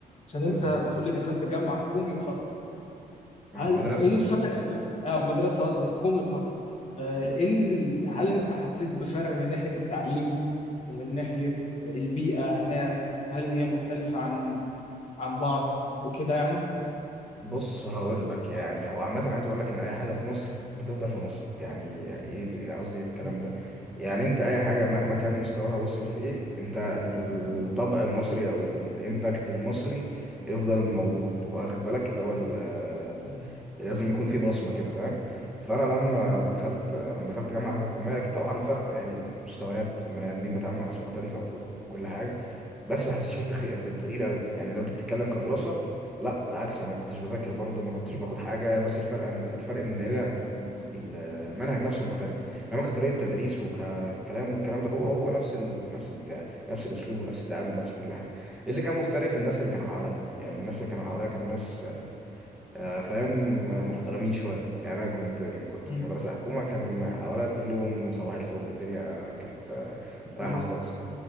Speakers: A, on the left; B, in the centre.
A: عشان انت
B: قول
A: بتقولي دخلت جامعة حكومي وخاصة
B: مم.
A: هل
B: مدرسة
A: ايه الفرق بقى- اه مدرسة قصدي حكومي وخاصة آه، ايه ال- هل انت حسيت بفرق من ناحية التعليم ومن ناحية البيئة هناك هل هي مختلفة عن عن بعض وكده يعني؟
B: بص هقول لك يعني هو عامة عايز اقول لك ان اي حاجة في مصر بتفضل في مصر يعني ايه ب- قصدي ايه بالكلام
A: مم.
B: ده يعني انت اي حاجة
A: مم.
B: مهما كان مستواها وصل في ايه انت الطبع المصري او الامباكت المصري يفضل موجود واخد بالك اللي هو ال-
A: مم.
B: لازم يكون في بصمة كده فاهم فانا لما
A: أي-
B: دخلت انا لما دخلت جامعة حكومية اكيد طبعا فرق يعني مستويات بني ادمين بتعامل مع ناس مختلفة وك- وكل حاجة بس ما حسيتش بالتخفيف بالتغيير قوي يعني لو انت بتتكلم كدراسه لا بالعكس انا ما كنتش بذاكر برضه ما كنتش باخد حاجه بس الفرق ان الفرق ان هي م- المنهج نفسه مختلف انما كطريقه تدريس وككلام والكلام ده هو هو نفس ال... نفس البتاع نفس الاسلوب ونفس التعامل نفس كل حاجه اللي كان مختلف الناس
A: أي.
B: اللي كانوا حواليا يعني الناس اللي كانوا حواليا كانوا ناس آه، فاهم آه، محترمين شويه يعني انا كنت كنت
A: مم.
B: في مدرسه حكومه كان حواليا كلهم صباح الفل الدنيا كانت آه، رايحه
A: الدنيا
B: خالص